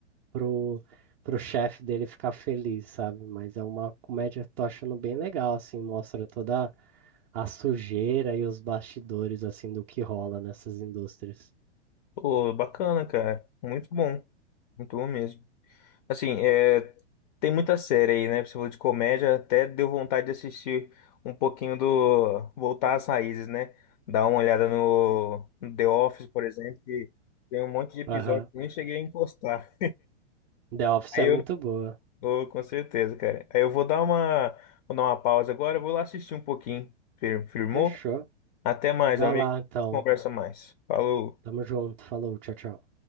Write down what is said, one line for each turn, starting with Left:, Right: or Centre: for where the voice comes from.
Right: pro, pro chefe dele ficar feliz, sabe? Mas é uma comédia que tô achando bem legal, assim, mostra toda a sujeira e os bastidores, assim, do que rola nessas indústrias.
Left: Pô, bacana, cara. Muito bom. Muito bom mesmo. Assim, é, tem muita série aí, né? Você falou de comédia, até deu vontade de assistir um pouquinho do. Voltar às raízes, né? Dar uma olhada no, no The Office, por exemplo, que tem um monte de episódio
Right: Aham.
Left: que eu nem cheguei a encostar.
Right: The Office
Left: Aí
Right: é
Left: eu
Right: muito boa.
Left: vou, com certeza, cara. Aí eu vou dar uma, vou dar uma pausa agora, vou lá assistir um pouquinho. Fir- Firmou?
Right: Fechou.
Left: Até mais,
Right: Vai
Left: amigo.
Right: lá,
Left: A
Right: então.
Left: gente Conversa mais. Falou.
Right: Tamo junto, falou, tchau, tchau.